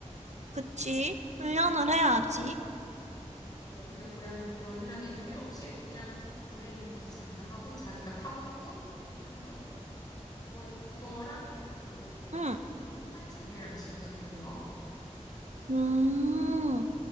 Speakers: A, on the right; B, on the left.
A: 그치. 훈련을 해야지.
B: 어, 근데 고양이는 그런 훈련이 필요 없이 그냥 모래 있는 곳에 자기가 하고 자기가 파먹고 하니까 그, 그, 그거, 그거랑 그리고 또
A: 응.
B: 산책 매일 안 시켜도 되는 거?
A: 음,